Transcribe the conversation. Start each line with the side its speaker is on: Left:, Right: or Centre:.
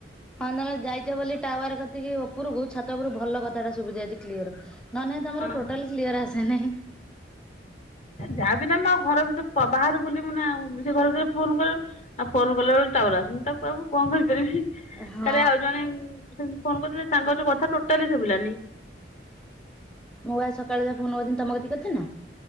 Centre: ହଁ ତମେ ଯାଇଛ ବୋଲି ଟାୱାର କତିକି ଉପରକୁ ଛାତ ଉପରୁ ଭଲ କଥା ଟା ସୁବିଚି ଆଜି କ୍ଲିଅର। ନଲେ ନାହିଁ
Left: ଆଉ।
Centre: ତମର ଟୋଟାଲ୍ କ୍ଲିୟର ଆସେ ନାହିଁ।
Left: ଯାହାବି ନା ମୁଁ ଆଉ ଘର ଭିତରେ ବାହରେ ବୁଲିବୁ ନା ଆଉ ସେ ଘର ଭିତରେ ଫୋନ କରିବୁ। ଆଉ ଫୋନ କଲା ବେଳକୁ ଟାୱାର ଆସୁନି ତାକୁ ଆଉ ମୁଁ କଣ କରିପାରିବି।
Centre: ହଁ।
Left: କାଲି ଆଉ ଜଣେ ସେମିତି ଫୋନ କରିଥିଲେ ତାଙ୍କର ଯୋଉ କଥା ଟୋଟାଲି ଶୁଭିଲାନି।
Centre: ମୁଁ ବା ସକାଳୁ ଯାହା ଫୋନ କରିଥିନି ତମ କତିିକି କରିଥିନି ନା?